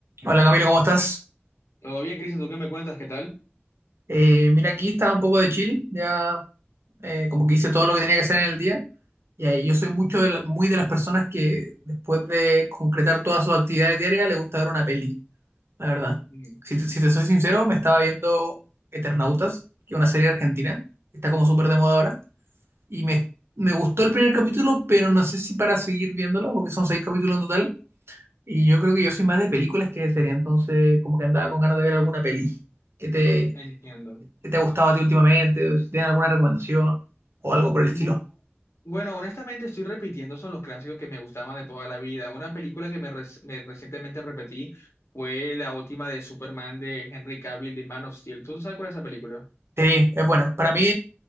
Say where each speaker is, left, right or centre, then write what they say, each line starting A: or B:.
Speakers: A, on the right; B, on the left.
A: Hola Camilo, ¿cómo estás?
B: Todo bien, Cristian, ¿tú qué me cuentas? ¿Qué tal?
A: Eh, mira, aquí estaba un poco de chill, ya eh, como que hice todo lo que tenía que hacer en el día. Y ahí yo soy mucho de la- muy de las personas que después de concretar todas sus actividades diarias le gusta ver una peli, la verdad.
B: Mm,
A: Si te, si te soy sincero, me estaba viendo Eternautas, que es una serie argentina, que está como súper de moda ahora. Y me, me gustó el primer capítulo, pero no sé si para seguir viéndola, porque son seis capítulos en total. Y yo creo que yo soy más de películas que de serie, entonces como que andaba con ganas de ver alguna peli. ¿Qué te,
B: Entiendo.
A: si te ha gustado a ti últimamente, o si tienes alguna recomendación, o algo por el
B: Bu-
A: estilo.
B: bueno, honestamente estoy repitiendo, son los clásicos que me gustaban de toda la vida. Una película que me, rec- me recientemente repetí fue la última de Superman de Henry Cavill de Man of Steel. ¿Tú sabes cuál es esa película?
A: Sí, es buena. Para mí